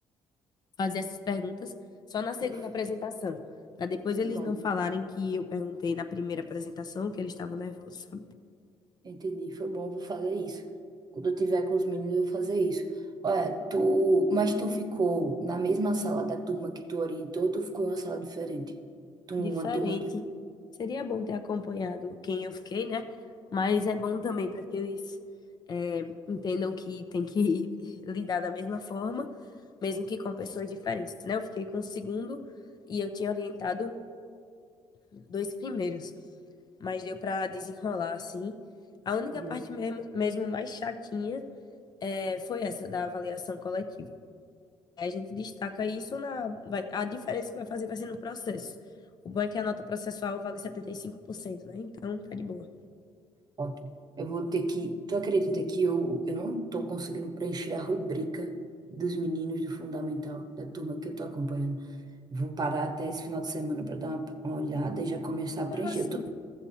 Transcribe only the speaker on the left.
fazer essas perguntas só na segunda
apresentação, para depois
eles
não falarem que eu perguntei na primeira apresentação que eles estavam nervosos, sabe?
Diferente.
Seria bom ter acompanhado quem eu fiquei, né? Mas é bom também para que eles é, entendam que tem que <laughs> lidar da mesma forma mesmo que com pessoas diferentes, né? Eu fiquei com o segundo e eu tinha orientado dois primeiros, mas deu para desenrolar assim. A única
parte mesmo, mesmo mais chatinha é, foi essa da avaliação coletiva. A gente destaca isso na. vai- a diferença que vai fazer vai ser no processo. O bom é que a nota processual vale 75%, né? Então tá de boa.
Como
assim?